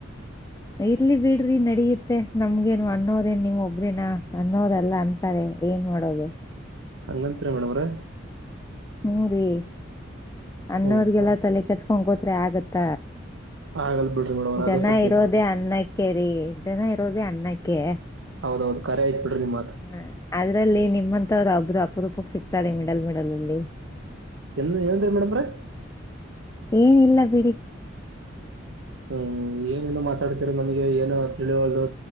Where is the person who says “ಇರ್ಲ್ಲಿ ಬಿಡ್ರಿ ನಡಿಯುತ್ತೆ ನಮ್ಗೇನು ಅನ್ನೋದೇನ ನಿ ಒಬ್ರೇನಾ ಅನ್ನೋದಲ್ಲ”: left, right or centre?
Left